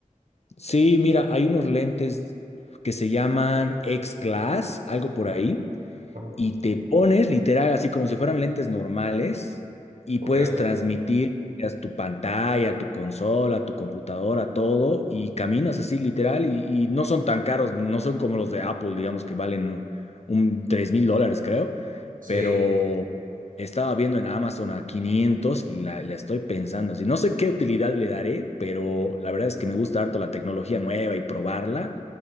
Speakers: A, on the left; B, on the right.
A: Sí, mira, hay unos lentes que se llaman X-Glass, algo por ahí.
B: Ah,
A: y te pones literal así como si fueran lentes normales y
B: Ok,
A: puedes transmitir a tu pantalla, a tu consola, a tu computadora, todo y caminas así literal y, y no son tan caros, no son como los de Apple, digamos que valen un, un 3 mil dólares creo,
B: sí.
A: pero estaba viendo en Amazon a 500 y la, la estoy pensando así. No sé qué utilidad le daré, pero la verdad es que me gusta harto la tecnología nueva y probarla.